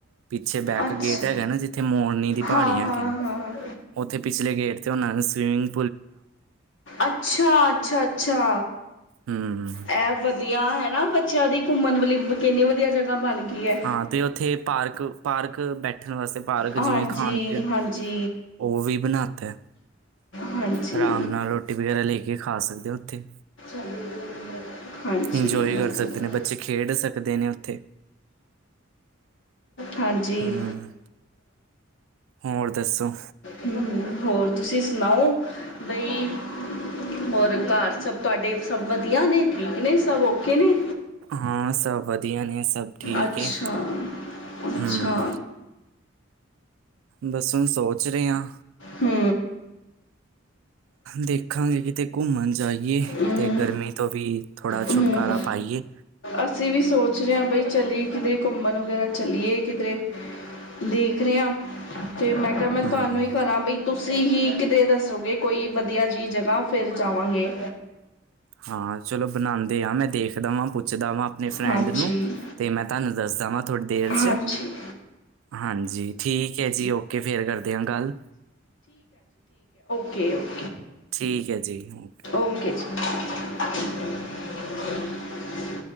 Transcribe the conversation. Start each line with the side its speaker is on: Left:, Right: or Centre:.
Right: ਪਿੱਛੇ ਬੈਕ
Left: ਅੱਛਾ
Right: ਗੇਟ ਹੈਗਾ ਨਾ ਜਿੱਥੇ ਮੋ ਨੀ ਦੀ ਪਹਾੜੀ
Left: ਹਾਂ ਹਾਂ
Right: ਹੇਗੇ ਨ,
Left: ਹਾਂ
Right: ਉੱਥੇ ਪਿਛਲੇ ਗੇਟ ਤੇ ਉਹਨਾਂ ਨੂੰ ਸਵਿਮਿੰਗ
Left: ਅੱਛਾ- ਅੱਛਾ ਅੱਛਾ।
Right: ਹੂੰ
Left: ਇਹ ਵਧੀਆ ਹੈਨਾ, ਬੱਚਿਆਂ ਦੀ ਘੁੰਮਣ ਵਲੀ ਕਿੰਨੀ ਵਧੀਆ ਜਗਾ ਬਣ ਗਈ ਹੈ
Right: ਹਾਂ ਤੇ ਉੱਥੇ ਪਾਰਕ, ਪਾਰਕ ਬੈਠਣ ਵਾਸਤੇ ਪਾਰਕ
Left: ਹਾਂਜੀ
Right: ਜਿਵੇਂ ਖਾਣ ਪੀਣ ਅ
Left: ਹਾਂਜੀ
Right: ਉਹ ਵੀ ਬਣਾਤਾ,
Left: ਹਾਂਜੀ
Right: ਆਰਾਮ ਨਾਲ ਰੋਟੀ ਵਗੈਰਾ ਲੇ ਕੇ ਕੇ ਖਾ ਸਕਦੇ ਹੋ ਉੱਥੇ
Left: <inaudible>
Right: ਇੰਜੋਏ
Left: ਹਾਂਜੀ
Right: ਕਰ ਸਕਦੇ ਨੇ ਬੱਚੇ, ਖੇਡ ਸਕਦੇ ਨੇ ਉੱਥੇ।
Left: ਹਾਂਜੀ,
Right: ਹੂੰ ਹੋਰ ਦੱਸੋ
Left: ਹੂੰ ਹੂੰ, ਹੋਰ ਤੁਸੀਂ ਸੁਣਾਓ ਬਈ ਹੋਰ ਘਰ ਸਭ ਤੁਹਾਡੇ ਸਭ ਵਧੀਆ ਨੇ, ਠੀਕ ਨੇ ਸਭ ਔ ਕਿਹਨੇ,
Right: ਹਾਂ ਸਭ ਵਧੀਆ ਨੇ ਸਭ ਠੀਕ
Left: ਅੱਛਾ।
Right: ਹੈ
Left: ਅੱਛਾ
Right: ਹੂੰ ਬਸ ਹੁਣ ਸੋਚ ਰਹੇ ਹਾਂ
Left: ਹੂੰ
Right: ਦੇਖਾਂਗੇ ਕਿਤੇ ਘੁੰਮਣ ਜਾਈਏ
Left: ਹੂੰ
Right: ਤੇ ਗਰਮੀ ਤੋਂ ਵੀ ਥੋੜ੍ਹਾ ਛੁਟਕਾਰਾ
Left: ਹੂੰ
Right: ਪਾਾਈਏ।
Left: ਅਸੀਂ ਵੀ ਸੋਚ ਰਹੇ ਹਾਂ ਬਈ ਚਲੀਏ ਕਿਧਰੇ ਘੁੰਮਣ ਵਗੈਰਾ ਚਲੀਏ ਕਿਧਰੇ ਦੇਖ ਰਹੇ ਹਾਂ ਤੇ ਮੈਂ ਕਿਹਾ ਮੈਂ ਤੁਹਾਨੂੰ
Right: ਹੂੰ
Left: ਹੀ ਕਰਾਂ ਬਈ ਤੁਸੀਂ ਹੀ ਕਿਤੇ ਦੱਸੋਗੇ ਕੋਈ ਵਧੀਆ ਜੀ ਜਗ੍ਹਾ ਫੇਰ ਜਾਵਾਂਗੇ।
Right: ਹਾਂ ਚਲੋ ਬਣਾਉਂਦੇ ਆ, ਮੈਂ ਦੇਖ ਦਾ ਵਾਂ, ਪੁੱਛਦਾ ਵਾਂ ਅਪਣੇ ਫਰੈਂਡ
Left: ਹਾਂਜੀ
Right: ਨੂੰ ਤੇ ਮੈਂ ਤੁਹਾਨੂੰ ਦੱਸਦਾ ਵਾਂ ਥੋੜ੍ਹੀ ਦੇਰ
Left: ਹਾਂਜੀ
Right: ਚ, ਹਾਂਜੀ ਠੀਕ ਹੈ ਜੀ ਔਕੇ ਫੇਿਰ ਕਰਦੇ ਹ ਗੱਲ
Left: ਕੇ ਉਹ
Right: ਠੀਕ ਹੈ ਜੀ। ਔਕੇ।
Left: ਓਕੇ <inaudible>